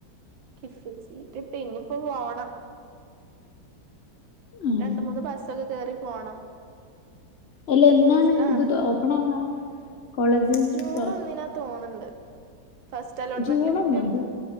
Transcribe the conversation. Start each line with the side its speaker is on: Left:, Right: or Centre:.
Right: കിഫ സീറ്റ് കിട്ടി ഇഞ്പ്പോ പോണം
Left: ആഹ്
Right: രണ്ട് മൂന്ന് ബസ്സൊക്കെ കേറി പോണം
Left: അല്ല എാന്നാണ്
Right: റിസ്കാണ്
Left: ഇത് ഓപ്പൺ ആവാ കോളേജ്
Right: ജൂൺ
Left: തുറ
Right: ഒന്നിനാ തോന്നണ്ട് ഫസ്റ്റ് അലോട്ട്മെന്റ്ൽ
Left: ജൂൺ
Right: കിട്ടിയോൽക്ക്
Left: ഒന്നോ ജൂ